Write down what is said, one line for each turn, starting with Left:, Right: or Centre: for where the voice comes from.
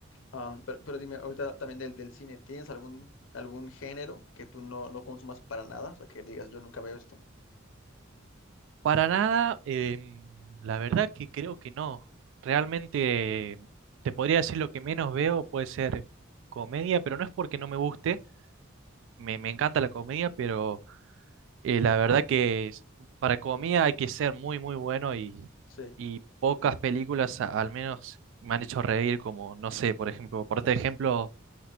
Left: Am, pero, pero dime, ahorita también del, del cine, ¿tienes algún, algún género que tú no, no consumas para nada? O sea, que digas, yo nunca veo esto.
Right: Para nada, em, la verdad que creo que no. Realmente te podría decir lo que menos veo puede ser comedia, pero no es porque no me guste, me, me encanta la comedia, pero eh, la verdad que es- para comedia hay que ser muy, muy bueno y,
Left: Sí.
Right: y pocas películas a- al menos me han hecho reír, como, no sé, por ejemplo, por este ejemplo,